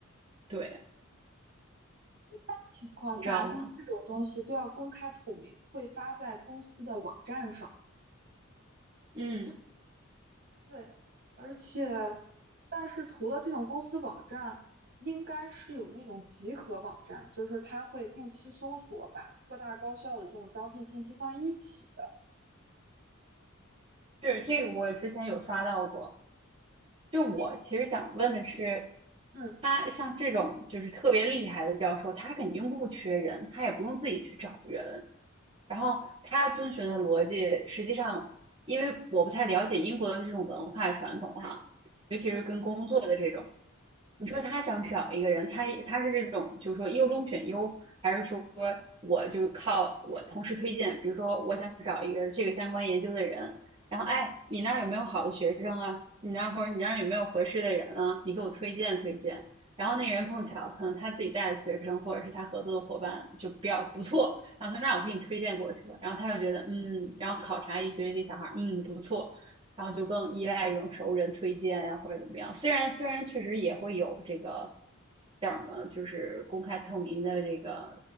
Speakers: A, on the right; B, on the right.
A: 对，
B: 一般情况下，
A: 你知道吗？
B: 像这种东西都要公开透明，会发在公司的网站上。
A: 嗯
B: 对，而且，但是除了这种公司网站，应该是有那种集合网站，就是它会定期搜索，把各大高校的这种招聘信息放在一起的。
A: 是这个，我之前有刷到过。就我其实想问的是，
B: 但那个，嗯
A: 他像这种就是特别厉害的教授，他肯定不缺人，他也不用自己去找人。然后他遵循的逻辑，实际上因为我不太了解英国的这种文化传统哈，尤其是跟工作的这种，
B: 嗯
A: 你说他想找一个人，
B: 嗯，
A: 他他是这种，就是说优中选优，还是说我就靠我同事推荐？比如说，我想找一个这个相关研究的人，然后哎，你那儿有没有好的学生啊？你那儿或者你那儿有没有合适的人啊？你给我推荐推荐。然后那个人碰巧可能他自己带的学生或者是他合作的伙伴就比较不错，然后他说那我给你推荐过去吧。然后他就觉得嗯，然后考察一觉得这小孩儿嗯不错，然后就更依赖这种熟人推荐呀、或者怎么样。虽然虽然确实也会有这个叫什么，就是公开透明的这个